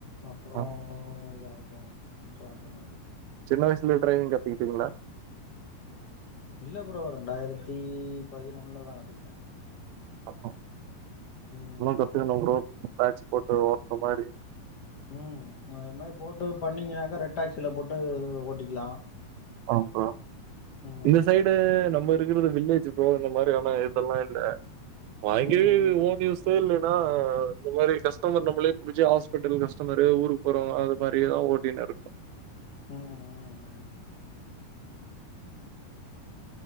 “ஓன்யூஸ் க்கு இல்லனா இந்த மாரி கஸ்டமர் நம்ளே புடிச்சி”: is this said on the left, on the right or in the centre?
Right